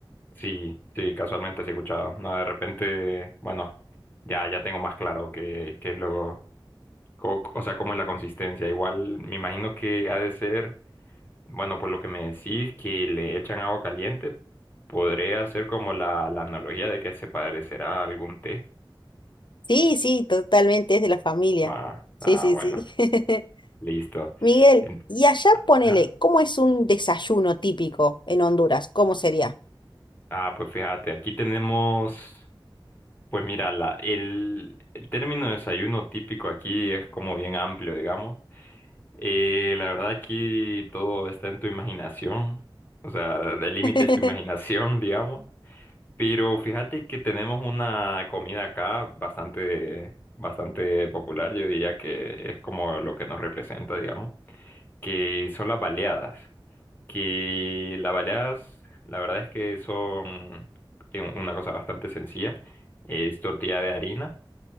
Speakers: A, on the left; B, on the left.
A: Sí, sí, casualmente sí he escuchado. No, de repente, bueno, ya, ya tengo más claro qué, qué es lo, co- o sea, cómo es la consistencia. Igual me imagino que ha de ser, bueno, por lo que me decís, que le echan agua caliente, podría hacer como la, la analogía de que se parecerá a algún té.
B: Sí, sí, totalmente es de la familia.
A: Va,
B: Sí,
A: ah,
B: sí,
A: bueno,
B: sí. <laughs>
A: listo.
B: Miguel,
A: En-
B: y allá ponele,
A: ajá.
B: ¿cómo es un desayuno típico en Honduras? ¿Cómo sería?
A: Ah, pues fíjate, aquí tenemos... Pues mira, la, el, el término desayuno típico aquí es como bien amplio, digamos. Eh, la verdad aquí todo está en tu imaginación, o sea, el límite
B: <laughs>
A: es tu imaginación, <laughs> digamos, pero fíjate que tenemos una comida acá bastante, bastante popular, yo diría que es como lo que nos representa, digamos, que son las baleadas, que las baleadas, la verdad es que son un- una cosa bastante sencilla, es tortilla de harina,